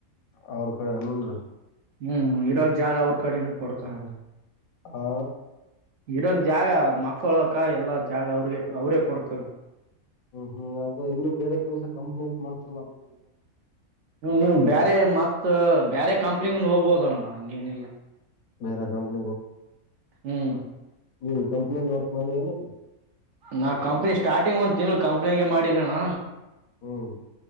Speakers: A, on the left; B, on the right.
A: ಅವ್ರ ಕಡೆನು.
B: ಹ್ಮ್ ಇರಾಗ ಜಾಗ ಅವ್ರ ಕಡೆನ ಕೊಡ್ತಾರ.
A: ಹಾ.
B: ಇರೋದ ಜಾಗ ಮಕ್ಕಳಕ ಎಲ್ಲ ಜಾಗ ಅವ್ರಿಗೆ ಅವ್ರೇ ಕೊಡ್ತಾರ.
A: ಹ್ಮ್ ಹ್ಮ್ ಅದ ಇನ್ನುೂ ಬೇರೆ ಕೆಲ್ಸ ಕಂಪ್ನಿಯಲ್ಲಿ ಮಾಡ್ತಾರಲ್ಲ ನಮ್ಮ.
B: ನೀವು್ ಬೇರೆ ಮತ್ತ ಬೇರೆ ಕಂಪ್ನಿಗ ಹೋಗ್ಬೋದಣ ಹಂಗೇನಿಲ್ಲ
A: ಬೇರ ಕಂಪನ
B: ಹ್ಮ್
A: ನೀನ್ ಕಂಪ್ನೀನ್ಲೀ ವರ್ಕ್ ಮಾಡಿ ಏನ್
B: ನಾ ಕಂಪ್ನಿ ಸ್ಟಾರ್ಟಿಂಗ್ ಒಂದ್ ತಿಂಗ್ಳ ಕಂಪ್ನಿಗೆ ಮಾಡಿಿನಣ
A: ಹ್ಮ್